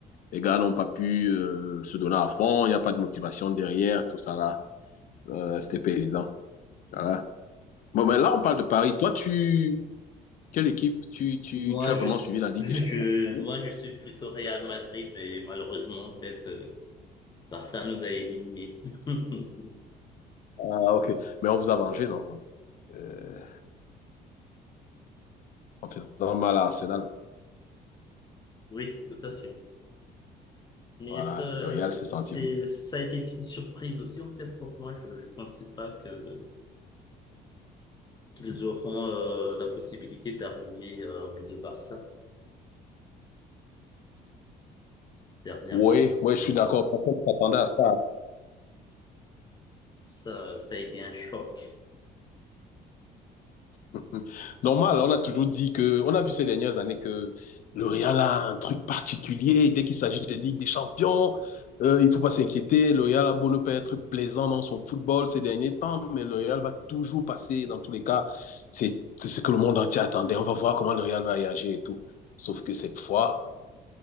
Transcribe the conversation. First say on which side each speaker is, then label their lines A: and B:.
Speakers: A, on the left; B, on the left.
A: les gars n'ont pas pu euh, se donner à fond, il n'y a pas de motivation derrière, tout ça là. Euh, C'était pas évident. Voilà. Bon, mais là, on parle de Paris. Toi, tu. Quelle équipe tu, tu,
B: Moi,
A: tu as vraiment
B: je, s-
A: suivi la
B: <laughs>
A: Ligue
B: je,
A: des Champions?
B: moi, je suis plutôt Real Madrid, mais malheureusement, en fait, euh, Barça nous a éliminés. <laughs>
A: Ah, ok. Mais on vous a vengé, non? Euh, en faisant mal à Arsenal.
B: Oui, tout à fait. Mais
A: Voilà,
B: ça,
A: le Real s'est senti.
B: c'est, ça a été une surprise aussi, en fait, pour moi. Je ne pensais pas que qu'ils auront euh, la possibilité d'arriver euh, au bout de Barça dernièrement.
A: Oui, moi, je
B: Mhm.
A: suis d'accord. Personne ne s'attendait à ça.
B: Ça, ça a été un choc.
A: Mm. Normal, on a toujours dit que, on a vu ces dernières années que le Real a un truc particulier. Dès qu'il s'agit de Ligue des Champions, euh, il ne faut pas s'inquiéter. Le Real a beau ne pas être plaisant dans son football ces derniers temps, mais le Real va toujours passer. Dans tous les cas, c'est c'est ce que le monde entier attendait. On va voir comment le Real va réagir et tout. Sauf que cette fois,